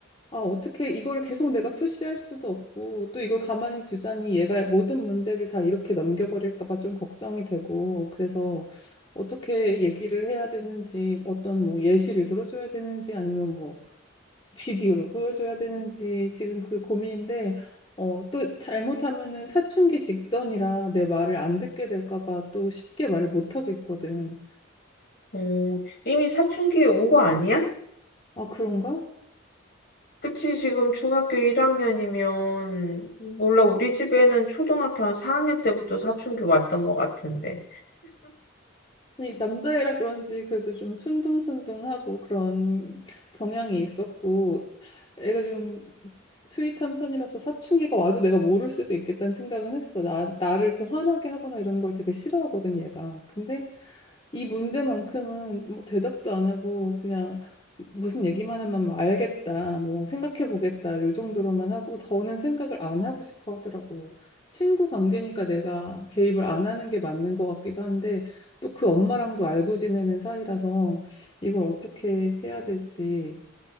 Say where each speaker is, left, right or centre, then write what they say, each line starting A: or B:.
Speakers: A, on the left; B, on the left.
A: 아, 어떻게 이걸 계속 내가 푸시할 수도 없고 또 이걸 가만히 두자니 얘가 모든 문제를 다 이렇게 넘겨버릴까 봐 좀 걱정이 되고 그래서 어떻게 얘기를 해야 되는지 어떤 뭐 예시를 들어줘야 되는지 아니면 뭐 비디오를 보여줘야 되는지 지금 그 고민인데 어, 또 잘못하면은 사춘기 직전이라 내 말을 안 듣게 될까 봐 또 쉽게 말을 못 하고 있거든.
B: 어, 이미 사춘기에 온 거 아니야?
A: 아, 그런가?
B: 그치, 지금 중학교 1학년이면, 몰라, 우리 집에는 초등학교 한 4학년 때부터 사춘기 왔던 것 같은데.
A: 이 남자애라 그런지 그래도 좀 순둥순둥하고 그런 경향이 있었고 애가 좀 스- 스윗한 편이라서 사춘기가 와도 내가 모를 수도 있겠다는 생각은 했어. 나, 나를 이렇게 화나게 하거나 이런 걸 되게 싫어하거든 얘가. 근데 이 문제만큼은 뭐 대답도 안 하고 그냥 무슨 얘기만 하면 뭐 알겠다, 뭐 생각해 보겠다 요 정도로만 하고 더는 생각을 안 하고 싶어 하더라고. 친구 관계니까 내가 개입을 안 하는 게 맞는 것 같기도 한데 또 그 엄마랑도 알고 지내는 사이라서 이걸 어떻게 해야 될지